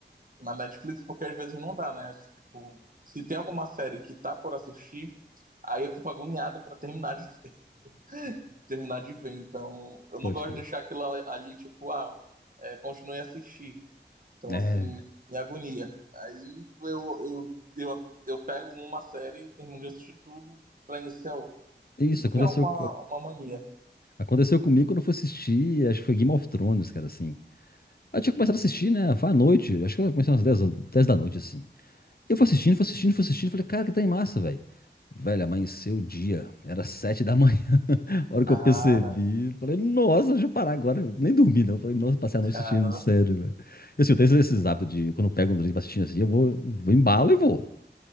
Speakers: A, on the right (about 50°); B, on the left (about 55°).
A: na Netflix, porque às vezes não dá, né? Tipo, se tem alguma série que tá por assistir, aí eu fico agoniado pra terminar de, <laughs> terminar de ver. Então, eu não
B: pode
A: gosto
B: crer.
A: de deixar aquilo ali, ali, tipo, ah, é, continue a assistir. Então,
B: É,
A: assim, me agonia. Aí eu, eu, eu, eu pego uma série e termino de assistir tudo pra iniciar outra.
B: isso,
A: Isso
B: aconteceu.
A: é uma, uma mania.
B: Aconteceu comigo quando eu fui assistir, acho que foi Game of Thrones, cara, assim. Aí eu tinha começado a assistir, né? Foi à noite, acho que eu comecei umas 10, 10 da noite, assim. E eu fui assistindo, fui assistindo, fui assistindo, falei, cara, que tá em massa, velho. Velho, amanheceu o dia, era 7 da manhã, <laughs> a hora que
A: Cara,
B: eu percebi. Falei, nossa, deixa eu parar agora. Eu nem dormi, não. Falei, nossa, passei a
A: cara.
B: noite assistindo, sério, velho. E assim, eu tenho esses hábitos de, quando eu pego um drink pra assistir, assim, eu vou, vou embalo e vou.